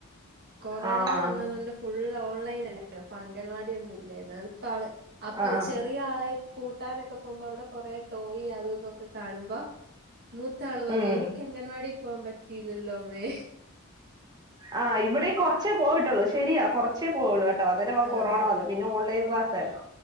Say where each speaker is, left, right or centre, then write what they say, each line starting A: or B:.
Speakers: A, on the right; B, on the right.
A: കൊറോണ
B: ആഹ്
A: വന്നത് കൊണ്ട് ഫുള്ള് ഓൺലൈൻ അല്ലാരുന്നോ അംഗൻവാടിയൊന്നും ഇൽ <unintelligible> അപ്പൊ
B: ആഹ്
A: ചെറിയ ആളെ കൂട്ടാനൊ ഇവിടെ കുറേ ടോയ് അത് ഇതൊക്കെ കാണുമ്പോ മൂത്താൾ പറയും
B: ഉം
A: എനിക്ക് അംഗൻവാടി പോവാൻ പറ്റില്ലല്ലോമ്മേ
B: ആഹ് ഇവിടേം കൊറച്ചേ പോയിട്ടോള്ളൂ ശെരിയാ കൊറച്ചേ പോയോള്ളു കേട്ടോ അന്നേരവാ
A: ആഹ്
B: കൊറോണ വന്നെ പിന്നെ ഓൺലൈൻ ക്ലാസ്സാരുന്നു